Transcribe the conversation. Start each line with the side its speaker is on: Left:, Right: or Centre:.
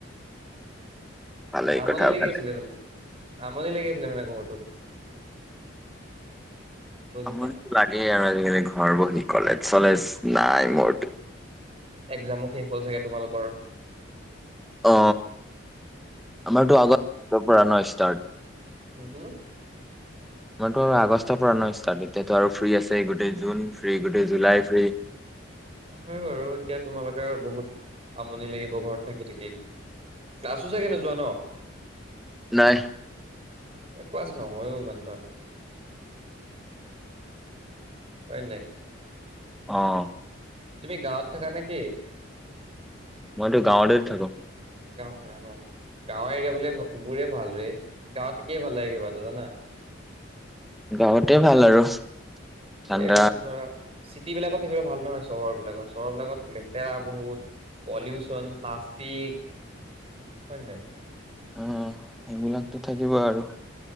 Centre: ভালেই
Right: আমনি
Centre: কথা
Right: লাগি
Centre: ভালে
Right: আছিলে মানে আমনি লাগি আছিলে মানে ঘৰটোত বুজিছা।
Centre: আমনি লাগেই আৰু আজিকালি ঘৰ বহি কলেজ চলেজ নাই মোৰ ত
Right: এক্জামো শেষ হ'ল চাগে তোমালোকৰ
Centre: অ আমাৰতো আগত পৰা ন ষ্টাৰ্ট
Right: হু হু
Centre: মইতো আৰু আগষ্টৰ পৰা ন ষ্টাৰ্ট এতিয়াতো আৰু ফ্ৰী আছে গোটেই জুন ফ্ৰী গোটেই জুলাই ফ্ৰী
Right: হয় বাৰু এতিয়া তোমালোকে বহুত আমনি লাগিব ঘৰত থাকি থাকি ক্লাছো চাগে নোযোৱা ন?
Centre: নাই।
Right: এ ক্লাছ নহয়ও ইমানটা। হয় নে।
Centre: অ অ।
Right: তুমি গাঁৱত থাকা নেকি?
Centre: মইতো গাঁৱতেতে থাকো।
Right: গাঁৱত থাকা ন? গাঁৱৰ এৰিয়া বোলে উবোৰেব। ভালুৱে গাঁৱত থাকিয়ে ভাল লাগে কিবা এটা জানা।
Centre: গাঁৱতে ভাল আৰু ঠাণ্ডা
Right: এই মানে ধৰা চিট চিটিবিলাকত থাকিবলৈ ভাল নহয়, চহৰ বিলাকত চহৰ বিলাকত লেতেৰা বহুত পলিউচন, প্লাষ্টিক, হয় নে নাই?
Centre: উম উ উ সেইবিলাকতো থাকিব আৰু